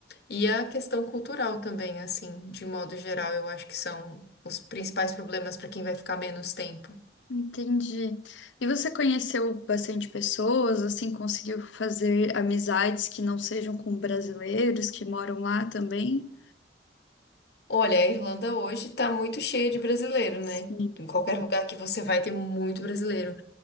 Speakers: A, on the left (about 60°); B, on the left (about 85°).
A: E a questão cultural também, assim, de modo geral, eu acho que são os principais problemas para quem vai ficar menos tempo.
B: entendi. E você conheceu bastante pessoas, assim, conseguiu fazer amizades que não sejam com brasileiros que moram lá também?
A: Olha, a Irlanda hoje está muito cheia de brasileiro,
B: Sim.
A: né? Em qualquer lugar que você vai ter muito brasileiro.